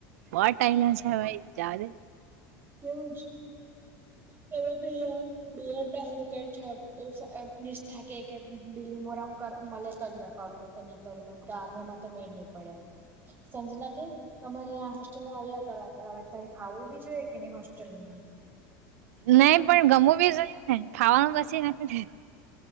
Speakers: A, on the right; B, on the right.
A: બહુજ ટાઈમ ના છે હવે જાઓ ને.
B: તેવું જ <unintelligible> બીલીમોરામાં કર મલે તોજ કરુ નહી કરુ. કર કેમ કે આગેમાં તો મેળ નહી પડે એમ સંજના કે અમારેં હોસ્ટેલમાં આવ્યા કર હવે તો ફાવું બી જોઈએ કે ને હોસ્ટેલમાં
A: નહી પણ ગમું બી જોયું ને ખાવાનું પછી નથી.